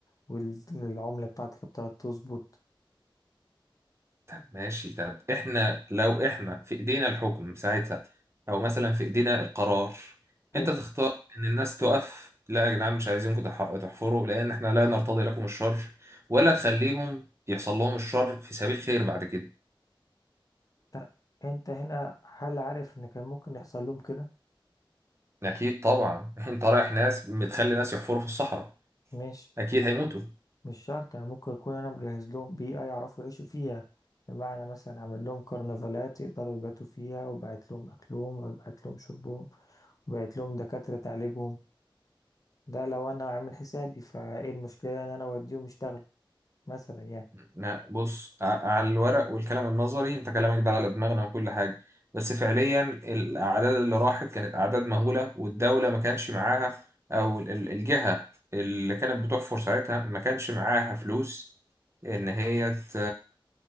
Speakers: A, on the left; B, on the right.
A: والعملة بتاعتك بتاعت تظبط
B: طب ماشي طب احنا لو احنا في ايدينا الحكم ساعتها او مثلا في ايدينا القرار
A: حلو
B: انت تختار ان الناس تقف لا يا جدعان مش عايزينكم تح- تحفروا لان احنا لا نرتضي لكم الشر ولا تخليهم يحصل لهم الشر في سبيل خير بعد كده
A: ط- أنت هنا هل عارف إن كان ممكن يحصل لهم كده؟
B: اكيد طبعا <laughs> انت رايح ناس بتخلي ناس يحفروا في الصحراء
A: ماشي
B: اكيد هيموتوا
A: مش شرط يعني ممكن يكون انا مجهز لهم بيئة يعرفوا يعيشوا فيها بمعنى مثلا عامل لهم كرنفالات يقدروا يباتوا فيها وبعت لهم اكلهم وبعت لهم شربهم وبعت لهم دكاترة تعالجهم ده لو انا عامل حسابي فايه المشكلة ان انا اوديهم يشتغلوا مثلا يعني
B: لا بص ع- على الورق والكلام النظري انت كلامك ده على دماغنا وكل حاجة بس فعليا الأعداد اللي راحت كانت أعداد مهولة والدولة ما كانش معاها أو ال- ال- الجهة اللي كانت بتحفر ساعتها ما كانش معاها فلوس إن هي ت-